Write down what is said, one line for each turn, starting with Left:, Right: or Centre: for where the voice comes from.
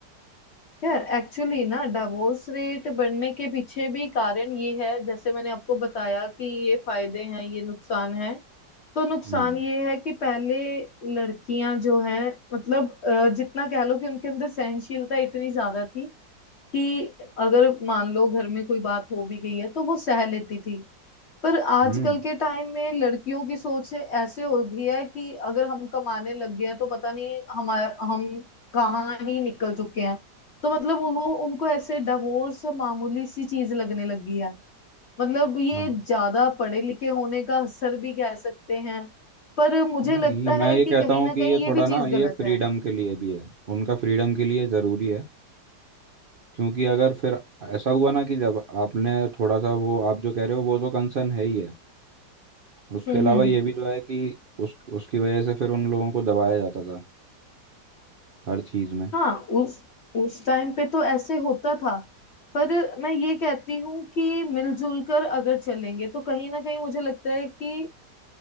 Left: यार एक्चुअली ना डिवोर्स रेट बढ़ने के पीछे भी कारण ये है जैसे मैंने आपको बताया कि ये फायदे हैं ये नुकसान है तो नुकसान
Right: हम्म
Left: ये है कि पहले लड़कियां जो हैं मतलब अ, जितना कह लो कि उनके अंदर सहनशीलता इतनी ज्यादा थी कि अगर मान लो घर में कोई बात हो भी गई है तो वो सह लेती थी पर आजकल
Right: हम्म
Left: के टाइम में लड़कियों की सोच है- ऐसे हो गई है कि अगर हम कमाने लग गए हैं तो पता नहीं हमारा हम कहाँ ही निकल चुके हैं तो मतलब वो उनको ऐसे डिवोर्स मामूली सी चीज लगने लगी है मतलब ये
Right: हाँ
Left: ज्यादा पढ़े लिखे होने का असर भी कह सकते हैं पर मुझे
Right: नहीं
Left: लगता
Right: मैं
Left: है
Right: ये
Left: कि
Right: कहता
Left: कहीं
Right: हूँ
Left: ना
Right: कि
Left: कहीं
Right: ये
Left: ये
Right: थोड़ा
Left: भी चीज
Right: ना ये
Left: गलत
Right: फ्रीडम
Left: है
Right: के लिए भी है उनका फ्रीडम के लिए ज़रूरी है क्योंकि अगर फिर ऐसा हुआ ना कि जब आपने थोड़ा सा वो आप जो कह रहे हो वो तो कंसर्न है ही है उसके
Left: हम्म
Right: अलावा
Left: हम्म
Right: ये भी तो है कि उस उसकी वजह से फिर उन लोगों को दबाया जाता था हर चीज़ में
Left: हाँ उस उस टाइम पे तो ऐसे होता था पर मैं ये कहती हूँ कि मिलजुल कर अगर चलेंगे तो कहीं ना कहीं मुझे लगता है कि